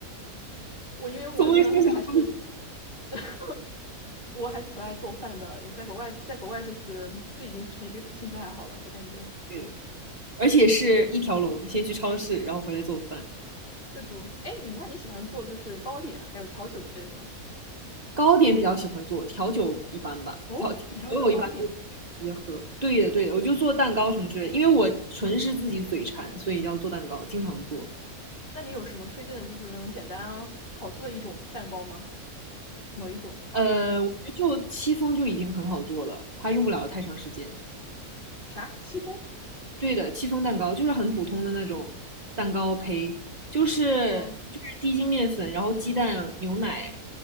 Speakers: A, on the left; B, on the right.
A: 我因为我真的很还是，
B: 从未设想过。
A: <laughs> 我还是很爱做饭的，也在国外，在国外就是这已经成一个兴趣爱好了，我感觉
B: 对而且是一条龙，先去超市，然后回来做饭。
A: 阅读。哎，你那你喜欢做就是糕点还有调酒之类的吗？
B: 糕点比较喜欢做，调酒一般吧，
A: 哦，
B: 调酒我一般就直接喝。
A: 你还会做糕点？
B: 对的，对的，我就做蛋糕什么之类的，因为我纯是自己嘴馋，所以要做蛋糕，经常做。
A: 那你有什么推荐的，就是那种简单啊好做的一种蛋糕吗？某一种？
B: 呃，我觉得就戚风就已经很好做了，它用不了太长时间。
A: 啥？戚风？
B: 对的，戚风蛋糕就是很普通的那种蛋糕胚，就是就是低筋面粉，
A: 哦
B: 然后鸡蛋、牛奶，